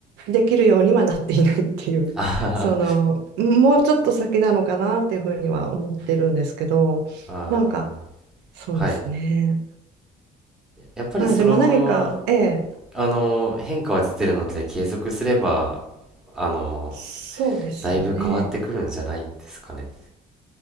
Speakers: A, on the right (about 80°); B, in the centre.
A: できるようにはなっていないっていう、
B: あ
A: その、もうちょっと先なのかなっていうふうには思ってるんですけど、
B: あ、
A: なんか、
B: ああ。
A: そうですね。
B: はい。やっぱりそのまま、
A: まあ、でも何か、ええ、
B: あの、変化は出てるので、継続すれば、あの、
A: そうですよね。
B: だいぶ変わってくるんじゃないですかね。